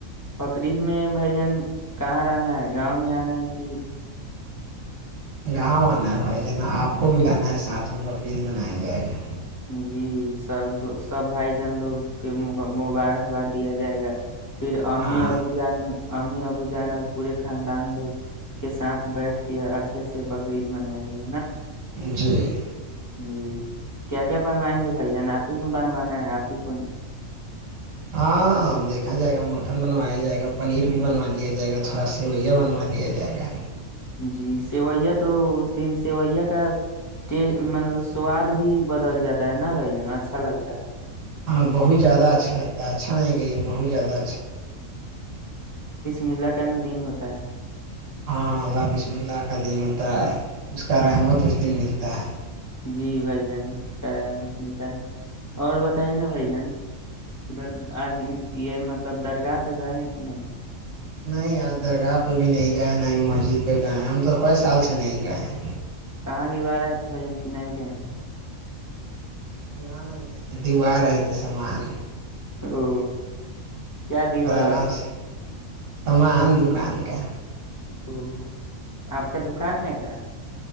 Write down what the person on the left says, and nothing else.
بقرید میں بھائی جان کہاں رہنا ہے گاؤں میں آنا ہے کہ
جی سب سب بھائی جان لوگ کے مبارکباد دیا جائے گا پھر امی
ابو جان امی ابو جان اور پورے خاندان لوگ کے ساتھ بیٹھ کے اچھے سے بقرعید بنایا گیا
جی کیا کیا بنوائیں گے بھائی جان آپ ہی کو بنوانا ہے آپ ہی کو نا
جی سیوئیا تو اس دن سیوئیا کا ٹی مطلب سواد بھی بدل جاتا ہے نا بھائی جان اچھا لگتا ہے
میلا کا ن دن ہوتا ہے
جی بھائی جان اس کا رہ ملتا ہے اور بتائیے نا بھائی جان ادھر آج یہ مطلب درگاہ پہ گئے ہیں کہ نہیں
کہاں لوا رہے تھ بھائی جن کینا ہی جائے
او کیا دیوار
ہے
او آپ کا دکان ہے کیا